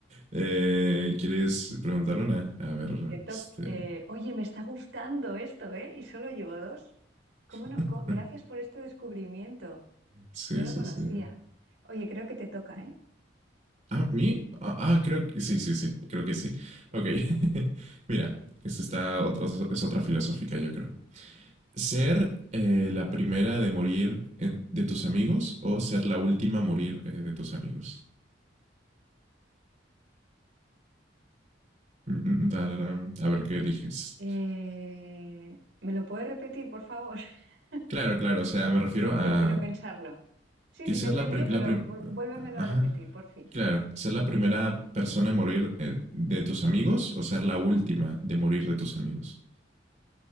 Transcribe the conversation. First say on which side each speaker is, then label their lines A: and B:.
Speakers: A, on the right (about 40°); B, on the right (about 80°).
A: eh, ¿quieres preguntar una? A ver,
B: Qué top.
A: este...
B: Eh, oye, me está gustando esto, ¿eh? Y solo llevo dos. ¿Cómo
A: <laughs>
B: no? Co- Gracias por este descubrimiento.
A: Sí,
B: No lo
A: sí,
B: conocía.
A: sí.
B: Oye, creo que te toca, ¿eh?
A: ¿A mí? Ah, ah, creo que sí, sí, sí, creo que sí.
B: Sí.
A: Ok, <laughs> mira, esta está, ot- ot- es otra filosófica, yo creo. ¿Ser eh, la primera de morir en- de tus amigos o ser la última a morir eh, de tus amigos? Mm, mm, mm, tararán. A ver qué eliges.
B: Eh, ¿me lo puedes repetir, por favor? <laughs>
A: Claro, claro, o sea, me refiero
B: Que,
A: a
B: que quiero pensarlo. Sí,
A: que
B: sí,
A: ser
B: te he
A: la,
B: entendido,
A: pri- la
B: pero
A: prim-
B: vuel- vuélvemelo
A: Ajá.
B: a repetir, por fin.
A: Claro, ser la primera persona en morir eh, de tus amigos o ser la última de morir de tus amigos.